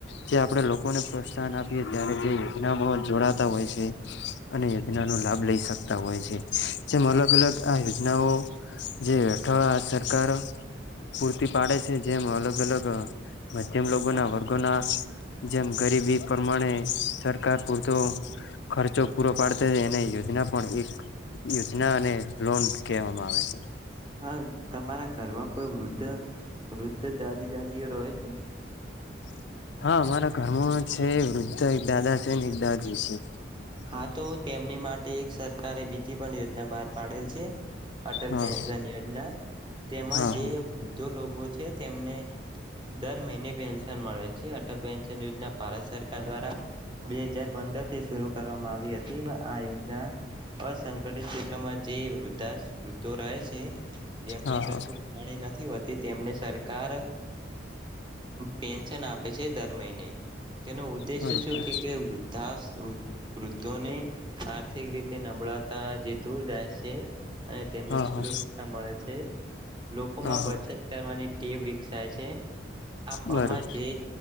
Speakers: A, on the left; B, on the right.
A: જે આપણે લોકોને પ્રોત્સાહન આપીએ ત્યારે જે યોજનામાં જોડાતા હોય છે અને યોજનાનો લાભ લઈ શકતા હોય છે જેમ અલગ અલગ આ યોજનાઓ જે અઠોવા સરકાર પૂરતી પાડે છે જેમ અલગ અલગ <inaudible> મધ્યમ લોકોગ
B: હા
A: ના
B: હા
A: વર્ગોના જેમ ગરીબી પ્રમાણે સરકાર પૂરતો ખર્ચો પૂરો પાડતી એને યોજના પણ એક યોજના અને લોન કહેવામાં આવે છે
B: હા તમારા ઘરમાં કોઈ વૃદ્ધ વૃદ્ધ દાદી દાદીઓ રહે છે
A: હા અમારા ઘરમાં છે વૃદ્ધ એક દાદા છે ને એક દાદી છે.
B: હા તો તેમની માટે એક સરકારે બીજી પણ યોજના બહાર પાડેલ છે અટલ
A: હા
B: પેન્શન યોજના તેમાં
A: હા
B: જે વૃ્ધો લોકો છે. તેમને દર મહિને પેન્શન મળે છે અટલ પેન્શન યોજના ભારત સરકાર દ્વારા બે હજાર પંદર થી શરૂ કરવામાં આવી હતી પણ આ યોજના અસંગઠિત ક્ષેત્રમાં જે વૃદ્ધા વૃદ્ધો રહે છે. જેમને
A: હા
B: કશું કમાણી નથી હોતી. તેમને સરકાર પેન્શન આપે છે દર મહિને તેનો ઉદ્દેશ્ય
A: હા હા બરોબર
B: છ કે વૃત્ત વૃદ્ધોને આર્થિક રીતે નબળાતા જે દૂર જાય છે. અને તેમને
A: હા
B: સુરક્ષા
A: હા
B: મળે છે લોકોમાં
A: હા હા
B: બચત કરવાની તે વિકસાય છે. આપવામાં
A: બરોબર
B: જે